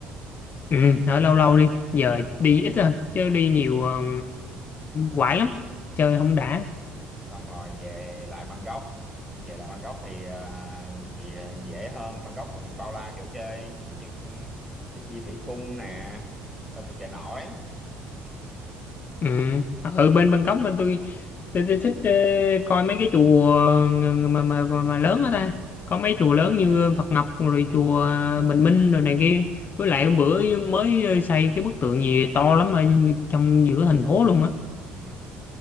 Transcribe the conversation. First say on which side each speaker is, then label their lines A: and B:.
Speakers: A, on the left; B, in the centre.
A: Ừ, ở lâu lâu đi, giờ
B: Ừ.
A: đi ít thôi, chứ đi nhiều ờ, quải lắm, chơi
B: Rồi xong
A: không đã.
B: xong rồi về lại Bangkok về lại Bangkok thì à, thì à, dễ hơn Bangkok còn bao la chỗ chơi nhưng thì đi thủy cung nè xong rồi chợ nổi
A: Ừ, ở bên Bangkok mà tôi tôi, tôi thích ờ, coi mấy cái chùa ờ, ng- mà, mà mà mà lớn ở ta. Có mấy chùa lớn như Phật Ngọc rồi chùa ờ, Bình Minh rồi này kia.
B: ừ.
A: Với lại hôm bữa mới ờ, xây cái bức tượng gì to lắm ở trong giữa thành phố luôn á.
B: Ừ.